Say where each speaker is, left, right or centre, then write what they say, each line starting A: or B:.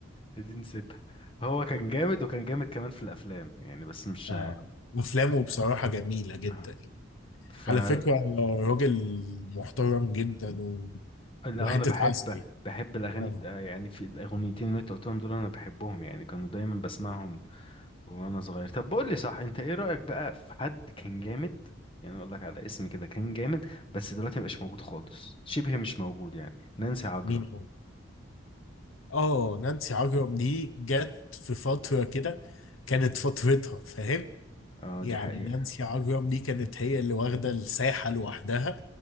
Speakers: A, on the left (about 25°); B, on the left (about 85°).
A: دي نسيتها هو كان جامد وكان جامد كمان في الافلام يعني بس مش
B: آه افلامه بصراحه جميله جدا
A: آه.
B: يعني.
A: فلو
B: على فكره راجل محترم جدا و...
A: انا
B: وحته
A: بحب
B: عسل
A: بحب الاغاني
B: آه.
A: بتا... يعني في الاغنيتين اللي انت قلتهم دول انا بحبهم يعني كانوا دايما بسمعهم وانا صغير طب بقول لي صح انت ايه رايك بقى في حد كان جامد يعني اقول لك على اسم كده كان جامد بس دلوقتي مبقاش موجود خالص شبه مش موجود يعني نانسي عجرم
B: مين هو اه نانسي عجرم دي جت في فترة كده كانت فترتها فاهم
A: اه
B: يعني
A: دي حقيقه
B: نانسي عجرم دي كانت هي اللي واخدة الساحة لوحدها